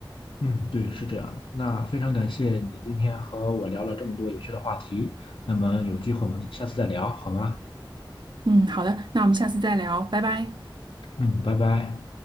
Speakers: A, on the left; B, on the right.
A: 嗯，对，是这样的。那非常感谢你今天和我聊了这么多有趣的话题。那么有机会我们下次再聊，好吗？
B: 嗯，好的，那我们下次再聊，拜拜。
A: 嗯，拜拜。